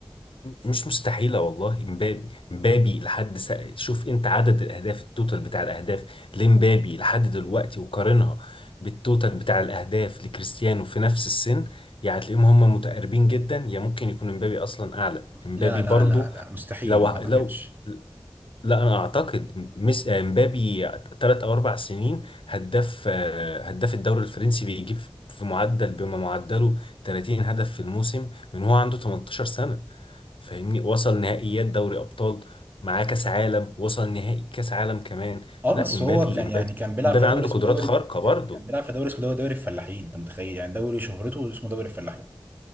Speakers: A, on the left (about 70°); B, on the right (about 20°).
A: مش مستحيلة والله امبابي امبابي لحد سا... شوف انت عدد الاهداف التوتال بتاع الاهداف لامبابي لحد دلوقتي وقارنها بالتوتال بتاع الاهداف لكريستيانو في نفس السن يعني هتلاقيهم هم متقاربين جدا يا ممكن يكون امبابي اصلا اعلى امبابي
B: لا لا
A: برضو
B: لا لا مستحيل
A: لو
B: ما
A: لو
B: اعتقدش
A: لا انا اعتقد ميس آه، مبابي ثلاث او اربع سنين هداف آه، هداف الدوري الفرنسي بيجيب في معدل بما معدله 30 هدف في الموسم من هو عنده 18 سنة فاهمني وصل نهائيات دوري ابطال معاه كاس عالم وصل نهائي كاس عالم كمان
B: اه
A: لا
B: بس
A: امبابي
B: هو كان
A: امبابي
B: يعني كان بيلعب
A: امبابي
B: في دوري
A: عنده
B: اسمه
A: قدرات
B: دوري
A: خارقة برضه
B: كان بيلعب في دوري اسمه دوري دوري الفلاحين انت متخيل يعني دوري شهرته اسمه دوري الفلاحين